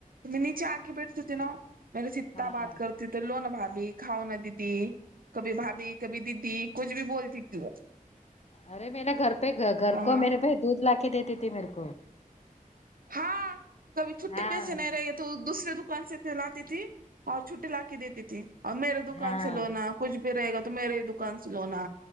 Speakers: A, on the right (about 80°); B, on the left (about 50°).
A: میں نیچے آ کے بیٹھتی تھی نا میرے سے
B: ہاں
A: اتا
B: ہاں
A: بات
B: ہاں
A: کرتے تھے لو نا بھابھی کھاؤ نا دیدی کبھی بھابھی کبھی ددی کچھ بھی بولتی تھی وہ
B: ارے میرا گھر پہ گھر
A: ہاں
B: کو میرے بھائی دودھ لا کے دیتی تھی میرے کو
A: ہاں کبھی چھٹے
B: ہاں
A: پیسے نہیں رہے تو دوسرے دکان سے لاتی تھی اور چھٹی لا کے دیتی تھی اور میرے دکان
B: ہاں
A: سے لونا اب کچھ بھی رہے گا تو میرے دکان سے لونا